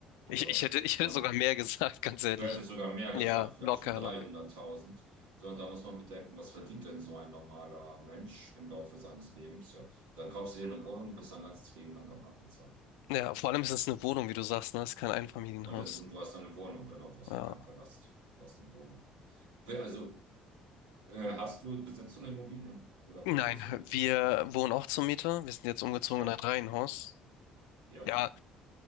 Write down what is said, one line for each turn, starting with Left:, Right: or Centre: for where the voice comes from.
Left: Ich,
Right: oder
Left: ich hätte, ich
Right: 200.
Left: hätte sogar mehr <laughs> gesagt, ganz ehrlich.
Right: Du hättest sogar mehr gesagt,
Left: Ja,
Right: vielleicht
Left: locker,
Right: schon 300.000.
Left: locker.
Right: Sondern da muss man bedenken, was verdient denn so ein normaler Mensch im Laufe seines Lebens? Ja, dann kaufst du dir eine Wohnung und bist dein ganzes Leben lang am Abbezahlen.
Left: Ja, vor allem ist es eine Wohnung, wie du sagst, ne? Es ist kein Einfamilienhaus.
Right: Und, das, und du hast eine Wohnung, genau, du hast
Left: Ja.
Right: ja keinen Palast. Du hast eine Wohnung. Will- Also Äh, hast du, besitzt du eine Immobilie oder
Left: Nein,
Right: wohnt ihr zur Miete?
Left: wir wohnen auch zur Miete. Wir sind jetzt umgezogen
Right: Ja,
Left: in ein Reihenhaus.
Right: ja,
Left: Ja,